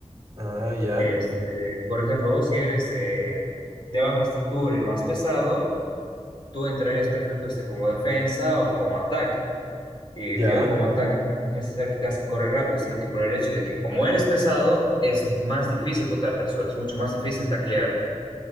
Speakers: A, on the right; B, on the left.
A: Ah, ya,
B: Este, por ejemplo, vos que eres eh, de baja estatura y más pesado, tú entrarías perfecto este, como defensa o como ataque. Y
A: ya,
B: te digo, como ataque, no es necesario que tengas que correr rápido, sino que por el hecho de que como eres pesado, es más difícil botarte al suelo, es mucho más difícil taclearte.